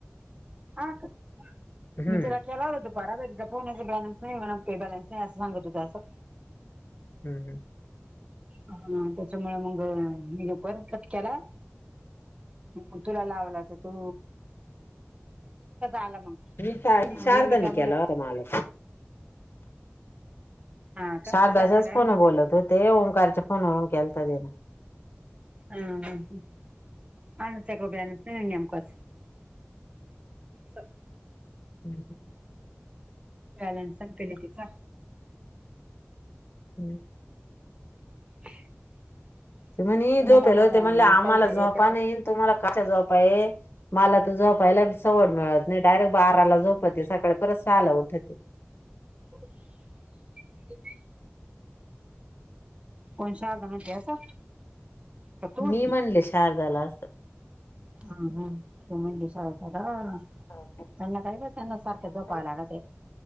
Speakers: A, on the right; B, on the left.
A: हा का
B: हम्म
A: मी तिला केला होता. बराबर फोनाचा बॅलन्स नाही म्हणे बॅलन्स नाही असं सांगत होत असं.
B: हम्म हम्म.
A: ह त्याच्या मूळ मंग मी फोन कट केला. ह तुला लावला तर तू आला मग
B: मी ताई शारदाने
A: योगिता
B: केला होता मला
A: हा का
B: शारदाच्याच
A: शारदा काय
B: फोन
A: म्हणत होती
B: बोलत होते ओंकारच्या फोनवरून केलता त्यांन.
A: हम्म हम्म आमच्याकडे बॅलन्स नाही नेमकाच. स <inaudible>
B: हम्म.
A: बॅलन्स संपेलेग तिच.
B: हम्म.
A: <inaudible>
B: ते म्हण
A: तिने
B: झोपेल
A: काल मला
B: हो ते म्हणले आम्हाला
A: साईच्या
B: झोपा
A: याच्या
B: नाही तुम्हाला कशा झोपा बाय मला तर झोपायला सवड मिळत नाही. डायरेक्ट बाराला झोपते सकाळी परत सहाला उठते.
A: <inaudible> कोण शारदा म्हटली असं का तू म्हणती
B: मी म्हणले शारदाला
A: हम्म हम्म तू म्हटली शारदाला.
B: हा.
A: त्यांना काही त्यांना सारख
B: काय
A: झोपायला लागतंय